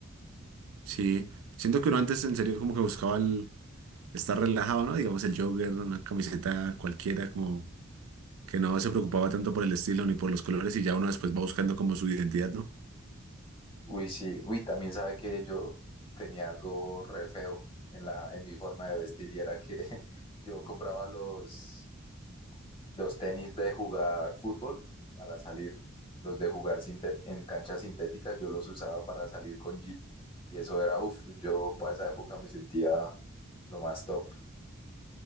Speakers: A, on the right (about 90°); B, on the left (about 25°).
A: Sí. Siento que uno antes en serio como que buscaba el- estar relajado, ¿no? Digamos el jogger, una camiseta cualquiera, como que no se preocupaba tanto por el estilo ni por los colores y ya uno después va buscando como su identidad, ¿no?
B: Uy, sí, uy, también sabe que yo tenía algo re feo en la, en mi forma de vestir y era que <laughs> yo compraba los, los tenis de jugar fútbol para salir, los de jugar sintet- en canchas sintéticas, yo los usaba para salir con jean y eso era, uff, yo para esa época me sentía lo más top.